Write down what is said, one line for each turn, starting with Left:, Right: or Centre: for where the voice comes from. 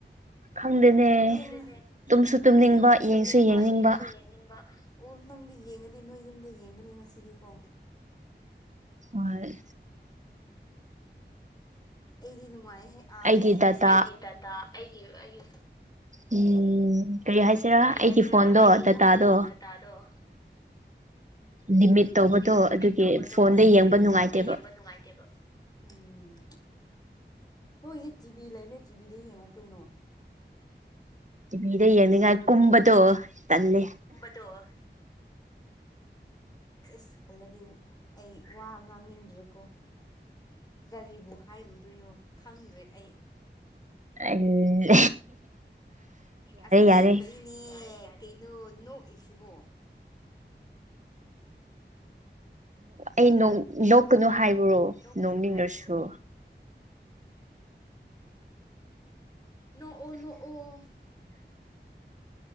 Right: ꯈꯪꯗꯦꯅꯦ
Left: ꯅꯦ
Right: ꯇꯨꯝꯁꯨ ꯇꯨꯝꯅꯤꯡꯕ
Left: ꯇꯨꯝꯁꯨ ꯇꯨꯝꯅꯤꯡꯕ
Right: ꯌꯦꯡꯁꯨ ꯌꯦꯡꯅꯤꯡꯕ
Left: ꯌꯦꯡꯁꯨ ꯌꯦꯡꯅꯤꯡꯕ ꯑꯣ ꯅꯪꯗꯤ ꯌꯦꯡꯉꯗꯤ ꯅꯣꯏ ꯌꯨꯝꯗ ꯌꯦꯡꯒꯅꯤ ꯉꯁꯤꯗꯤꯀꯣ
Right: ꯍꯣꯏ
Left: ꯑꯩꯗꯤ ꯅꯨꯡꯉꯥꯏ ꯍꯦꯛ ꯑꯥꯗ
Right: ꯑꯩꯒꯤ
Left: ꯌꯦꯡꯕꯁꯨ
Right: ꯗꯇꯥ
Left: ꯑꯩꯒꯤ ꯗꯇꯥ ꯑꯩꯒꯤꯒꯤ
Right: ꯎꯝ ꯎꯝ ꯀꯔꯤ ꯍꯥꯏꯁꯤꯔꯥ
Left: ꯀꯔꯤ
Right: ꯑꯩꯒꯤ
Left: ꯍꯥꯏꯁꯤꯔꯥ
Right: ꯐꯣꯟꯗꯣ
Left: ꯑꯩꯒꯤ
Right: ꯗꯇꯥꯗꯣ
Left: ꯐꯣꯟꯗꯣ ꯗꯇꯥꯗꯣ
Right: ꯂꯤꯃꯤꯠ ꯇꯧꯕꯗꯣ
Left: ꯂꯤꯃꯤꯠ
Right: ꯑꯗꯨꯒꯤ
Left: ꯇꯧꯕꯗꯣ
Right: ꯐꯣꯟꯗ
Left: ꯑꯗꯨꯒꯤ
Right: ꯌꯦꯡꯕ ꯅꯨꯡꯉꯥꯏꯇꯦꯕ
Left: ꯐꯣꯟꯗ ꯌꯦꯡꯕ ꯅꯨꯡꯉꯥꯏꯇꯦꯕ ꯎꯝ ꯍꯣꯏ ꯍꯧꯖꯤꯛ ꯇꯤꯚꯤ ꯂꯩꯕꯅꯦ ꯇꯤꯕꯤꯗ ꯌꯦꯡꯉꯣ ꯀꯩꯅꯣ
Right: ꯇꯤꯚꯤꯗ ꯌꯦꯡꯅꯤꯡꯉꯥꯏ ꯀꯨꯝꯕꯗꯣ ꯇꯜꯂꯦ
Left: ꯇꯣꯦ ꯏꯁꯁ ꯑꯜꯂꯗꯤ ꯑꯩ ꯋꯥ ꯉꯥꯡꯅꯤꯡꯗ꯭ꯔꯦꯀꯣ ꯀꯔꯤꯕꯨ ꯍꯥꯏꯔꯨꯗꯣꯏꯅꯣ ꯈꯪꯗ꯭ꯔꯦ ꯑꯩ
Right: ꯑꯩ
Left: ꯑꯁꯦꯡꯕꯒꯤꯅꯦ
Right: ꯌꯥꯔꯦ
Left: ꯀꯩꯅꯣ ꯅꯣꯛꯏꯁꯤꯕꯣ
Right: ꯑꯩ ꯂꯣꯛꯀꯅꯨ
Left: ꯅꯣꯛ ꯑꯩ
Right: ꯍꯥꯏꯕ꯭ꯔꯣ
Left: ꯅꯣꯛ ꯅꯣꯛꯀꯅꯨ
Right: ꯅꯣꯛꯅꯤꯡꯂꯁꯨ
Left: ꯍꯥꯏꯕ꯭ꯔꯣ ꯅꯣꯛꯑꯣ ꯅꯣꯛꯑꯣ